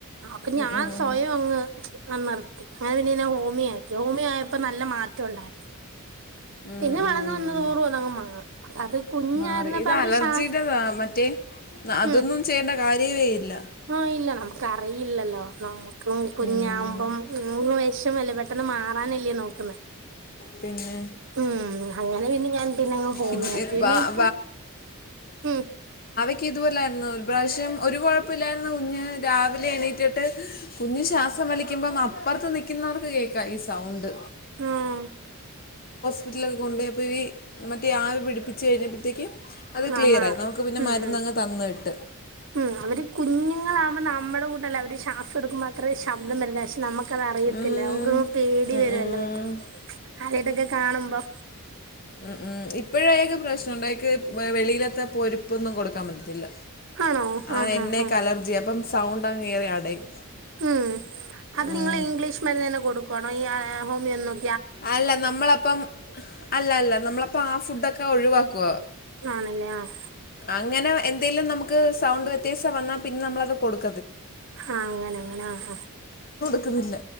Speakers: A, on the right; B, on the left.
A: അപ്പൊ ഞാൻ
B: ഉം, ഉം, ഉം.
A: സ്വയം അങ്ങ് ച്ചും ആ നിർത്തി അങ്ങനെ പിന്നെ ഇന്നെ ഹോമിയ ആക്കി ഹോമിയോ ആയപ്പോ നല്ല മാറ്റം ഉണ്ടായിരുന്നു
B: ഉം
A: പിന്നെ വളർന്ന്
B: ഉം
A: വന്നതോറും അതങ്ങ് മറി അത് കുഞ്ഞായിരുന്നപ്പോ
B: മാറി ഇത്
A: അവര്
B: അലർജിയുടെതാ
A: ശാ
B: മറ്റേ അതൊന്നും
A: മ്മ്
B: ചെയ്യേണ്ട കാര്യമേ ഇല്ല
A: ആഹ് ഇല്ല നമുക്ക് അറിയില്ലല്ലോ ന ക്കും കുഞ്ഞാവുമ്പം
B: ഉം.
A: <unintelligible> വെശ് വല്ല പെട്ടെന്ന് മാറാനല്ലേ നോക്കുന്നേ
B: പിന്നെ
A: ഉം അങ്ങനെ പിന്നെ ഞാൻ പിന്നങ്ങ് ഹോമിയാക്കി
B: ഇത് ഇത്
A: പിന്നെ
B: വാ-
A: ഇപ്പം ഉം
B: ക്ക്‌ ഇതുപോലൊയിരുന്നു ഒരു പ്രാവശ്യം ഒരു കൊഴപ്പമില്ലായിരുന്ന കുഞ്ഞ് രാവിലെ എണീറ്റിട്ട് കുഞ്ഞ് ശ്വാസം വലിക്കുമ്പം അപ്പുറത്ത് നിക്കുന്നവർക്ക് കേക്കാം ഈ സൗണ്ട്
A: ആഹ്
B: വീട്ടിലൊക്കെ കൊണ്ടു പോയപ്പഴ് മറ്റേ ആവി പിടിപ്പിച്ച് കഴിഞ്ഞപ്പോഴത്തേക്കും അത് ക്ലിയറായി
A: ആഹ് മാറി
B: നമക്ക് പിന്നെ
A: ഉം
B: മര്ന്നങ്ങ്
A: ഉം
B: തന്ന് വിട്ട്.
A: ഉം അവര് കുഞ്ഞുങ്ങളാവുമ്പോ നമ്മടെ കൂടല്ലെ അവര് ശ്വാസടുക്ക്മ്പോ അത്രേ ശബ്ദം വരുന്നേ ക്ഷേ നമ ക്കത് അറിയത്തില്ല
B: ഉം,
A: നമക്കങ്ങ് പേടി
B: ഉം,
A: വരൊല്ലോ
B: ഉം.
A: പെട്ടെന്ന് ആദ്യായിട്ടൊക്കെ കാണുമ്പോ
B: ഉം ഉം ഇപ്പഴഅയാക്ക് പ്രശ്നണ്ട് അയ്യാക്ക് വെ വെളിയി ത്തെ പൊരിപ്പൊന്നും കൊടുക്കാൻ പറ്റത്തില്ല
A: ആണോ
B: ആ
A: ആഹ്
B: എണ്ണേക്ക
A: ആഹ് ആഹ്
B: അലർജിയ അപ്പം സൗണ്ട് അങ് കേറി അടയും
A: ഉം അത്
B: ഉം.
A: നിങ്ങള് ഇംഗ്ലീഷ് മരുന്ന് തന്നെ കൊടുക്കാണ് ഈ യ്യാ ഹോമിയൊന്നും
B: അല്ല നമ്മളപ്പം അല്ല അല്ല നമ്മള് അപ്പ ആ ഫുഡൊക്കെ ഒഴുവാക്കും.
A: ആണല്ലേ ആഹ്
B: അങ്ങനെ എന്തേലും നമുക്ക് സൗണ്ട് വ്യത്- വന്നാൽ പിന്ന നമ്മളത് കൊടു-
A: ആഹ അങ്ങനെ അങ്ങനെ ആ ആഹ
B: ന്നില്ല